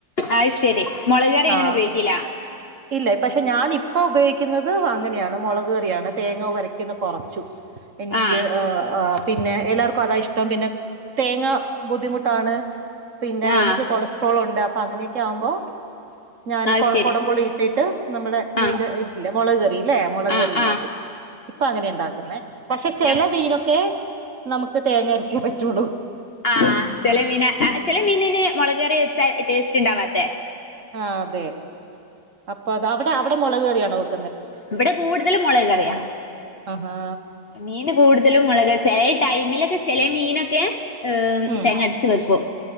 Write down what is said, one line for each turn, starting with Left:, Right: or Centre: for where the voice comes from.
Left: അത് ശരി മുളക് കയറി അങ്ങനെ
Right: ആഹ്
Left: ഉപയോഗിക്കില്ല
Right: ഇല്ല പക്ഷെ ഞാൻ ഇപ്പൊ ഉപയോഗിക്കുന്നത് അങ്ങനെയാണ് മുളക് കയറിയാണ് തേങ്ങ വരയ്ക്കുന്ന കുറച്ചു എനിക്ക്
Left: ആഹ്
Right: പിന്നെ എല്ലാർക്കും അതാ ഇഷ്ടം പിന്നെ തേങ്ങ ബുദ്ധിമുട്ടാണ് പിന്നെ
Left: ആഹ്
Right: എനിക്ക് കൊളസ്ട്രോൾ ഉണ്ട് അപ്പൊ അങ്ങനെയൊക്കെ ആവുമ്പോ ഞാന്
Left: അത് ശരി
Right: കൊടമ്പൊളി ഇട്ടിട്ട് നമ്മുടെ മീൻ
Left: ആഹ്
Right: ഇതില്ല മുളകറി ഇല്ലേ മുളകറി
Left: ആഹ്
Right: ഉണ്ടാക്കും
Left: ആഹ്
Right: ഇപ്പൊ അങ്ങനെ ഉണ്ടാക്കുന്ന പക്ഷെ ചെല
Left: ഞ
Right: മീനൊക്കെ നമുക്ക് തേങ്ങ അരച്ചേ പറ്റുള്ളൂ
Left: ആ ചെല മീന ചില മീനന് മുളകയറി വെച്ചാ ടേസ്റ്റ് ഉണ്ടാവാത്ത
Right: ആ അതെ അപ്പ അത് അവിടെ അവിടെ മുളക്കയറിയാണോ ഓക്ക
Left: ഇവിടെ കൂടുതല മുളക്കറിയാം
Right: ആഹാ
Left: മീൻ കൂടുതലും മുളക് ചെില ടൈമിലൊക്കെ ചെല മീനൊക്കെ ഏ
Right: ഉം
Left: തേങ്ങടച്ച് വെക്കും